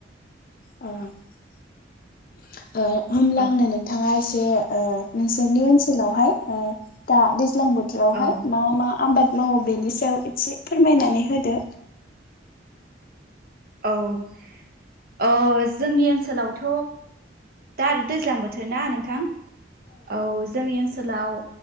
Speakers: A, on the left; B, on the right.
A: होनब्ला
B: औ
A: आंनो नोंथांङा एसे बे नोंसोरनि ओनसोलावहाय दा दैज्लां बोथोरावहाय
B: औ
A: मा मा आबाद मावो बेनि सायाव एसे फोरमायनानै होदो
B: औ जोंनि ओनसोलावथ' दा आरो दैज्लां बोथोर ना नोंथां औ जोंनि ओनसोलाव